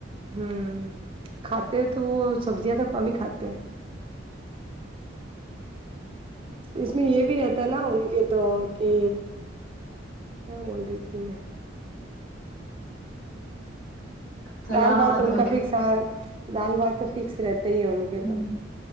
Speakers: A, on the right (about 30°); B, on the left (about 45°).
A: ہوں کھاتے ہو تو وہ سبزیاں تو کم ہی کھاتے ہیں اس میں یہ بھی رہتا نا ان کے تو کہ ہاں وہد کی میں
B: سلاد
A: دال بات ان
B: وغیرہ
A: کا فکس دال بات تو فکس رہتے ہی ہے ان کے
B: ہوں
A: تو